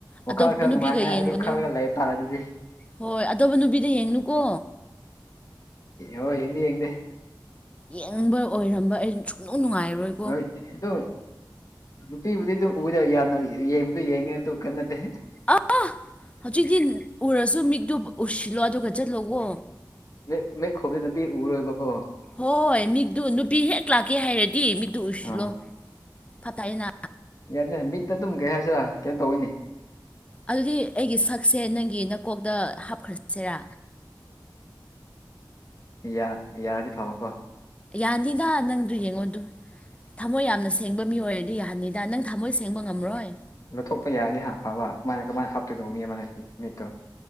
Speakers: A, on the left (about 45°); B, on the left (about 15°).
A: ꯋꯥꯈꯜ
B: ꯑꯇꯣꯞꯄ
A: ꯈꯔ
B: ꯅꯨꯄꯤꯒ
A: ꯅꯨꯡꯉꯥꯏꯅꯤꯉꯥꯏ
B: ꯌꯦꯡꯒꯅꯨ
A: ꯑꯗꯨ ꯈꯜꯂꯒ ꯂꯩꯕ ꯇꯥꯔꯦ ꯑꯗꯨꯗꯤ
B: ꯍꯣꯏ ꯑꯇꯣꯞꯄ ꯅꯨꯄꯤꯗ ꯌꯦꯡꯅꯨꯀꯣ
A: ꯍꯣꯏ ꯌꯦꯡꯗꯦ ꯌꯦꯡꯗꯦ
B: ꯌꯦꯡꯕ ꯑꯣꯏꯔꯝꯕ ꯑꯩ ꯁꯨꯡꯅꯨꯡ ꯅꯨꯡꯉꯥꯏꯔꯣꯏ
A: ꯍꯣꯏꯠ ꯑꯗꯨ ꯅꯨꯄꯤꯕꯨꯗꯤ ꯑꯗꯨꯝ ꯎꯕꯗ ꯌꯥꯝꯅ ꯌꯦꯡꯕꯨꯗꯤ ꯌꯦꯡꯉꯦ ꯑꯗꯨ ꯀꯦꯝ ꯅꯠꯇꯦ
B: ꯑꯥꯍ ꯍꯧꯖꯤꯛꯇꯤ ꯎꯔꯁꯨ ꯃꯤꯛꯇꯣ ꯎꯨꯏꯁꯤꯜꯂꯣ ꯑꯗꯨꯒ ꯆꯠꯂꯣꯀꯣ
A: ꯃꯤꯠ ꯃꯤꯠ ꯈꯨꯝꯕꯅꯤ ꯂꯝꯕꯤ ꯎꯔꯣꯏꯕꯀꯣ
B: ꯍꯣꯏ ꯃꯤꯠꯗꯨ ꯅꯨꯄꯤ ꯍꯦꯛ ꯂꯥꯛꯀꯦ ꯍꯥꯏꯔꯗꯤ ꯃꯤꯠꯗꯨ ꯎꯨꯏꯁꯤꯜꯂꯣ
A: ꯑꯥ
B: ꯐꯠꯇꯥꯏꯅ
A: ꯌꯥꯗꯦ ꯃꯤꯠꯇ ꯑꯗꯨꯝ ꯀꯩ ꯍꯥꯏꯁꯤꯔꯥ ꯀꯩꯅꯣ ꯇꯧꯋꯤꯅꯦ
B: ꯑꯗꯨꯗꯤ ꯑꯩꯒꯤ ꯁꯛꯁꯦ ꯅꯪꯒꯤ ꯅꯀꯣꯛꯇ ꯍꯥꯞꯈ꯭ꯔꯁꯤꯔꯥ
A: ꯌꯥ ꯌꯥꯔꯗꯤ ꯐꯕꯀꯣ
B: ꯌꯥꯅꯤꯗꯥ ꯅꯪꯗꯨ ꯌꯦꯡꯉꯣꯗꯨ ꯊꯝꯃꯣꯏ ꯌꯥꯝꯅ ꯁꯦꯡꯕ ꯃꯤ ꯑꯣꯏꯔꯗꯤ ꯌꯥꯍꯟꯅꯤꯗ ꯅꯪ ꯊꯝꯃꯣꯏ ꯁꯦꯡꯕ ꯉꯝꯔꯣꯏ
A: ꯂꯧꯊꯣꯛꯄ ꯌꯥꯔꯗꯤ ꯍꯥꯞ ꯐꯕ ꯃꯥꯅ ꯀꯃꯥꯏ ꯍꯥꯞꯇꯣꯏꯅꯣ ꯃꯤ ꯑꯃꯅ ꯃꯤꯠꯇꯣ